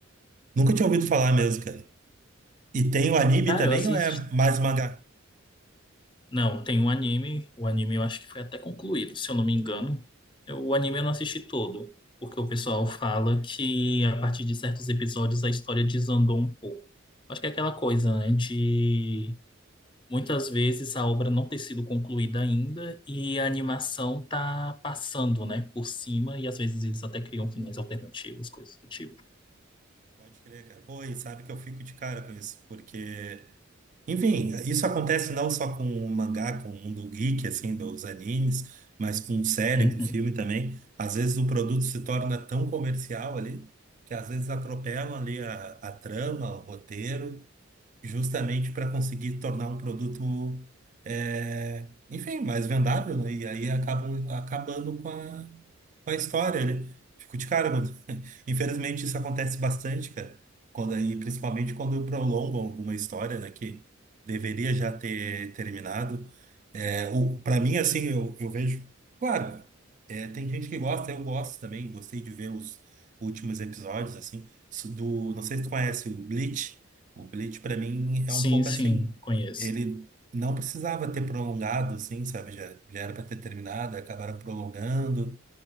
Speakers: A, on the right; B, on the left.
A: nunca tinha ouvido falar mesmo, cara. E tem o anime
B: cara,
A: também
B: eu assisti.
A: ou é mais mangá?
B: Não, tem um anime. O anime eu acho que foi até concluído, se eu não me engano. Eu- o anime eu não assisti todo, porque o pessoal fala que a partir de certos episódios a história desandou um pouco. Acho que é aquela coisa, né, de muitas vezes a obra não ter sido concluída ainda e a animação tá passando, né, por cima e às vezes eles até criam finais alternativos, coisas do tipo.
A: Pode crer, cara. Pô, e sabe que eu fico de cara com isso, porque, enfim, isso acontece não só com o mangá, com o mundo geek, assim, dos animes, mas com série,
B: Uhum.
A: com filme também. Às vezes o produto se torna tão comercial ali, que às vezes atropelam ali a, a trama, o roteiro, justamente para conseguir tornar um produto, é, enfim, mais vendável, né? E aí acabam acabando com a, com a história, né? Fico de cara, mano. <laughs> Infelizmente isso acontece bastante, cara. Quando aí, principalmente quando prolongam alguma história, né, que deveria já ter terminado. É, o, para mim, assim, eu, eu vejo. Claro, é, tem gente que gosta, eu gosto também, gostei de ver os últimos episódios, assim, do, não sei se tu conhece o Bleach. O Bleach, pra mim, é
B: Sim,
A: um pouco
B: sim,
A: assim.
B: conheço.
A: Ele não precisava ter prolongado, assim, sabe? Já, já era pra ter terminado, acabaram prolongando.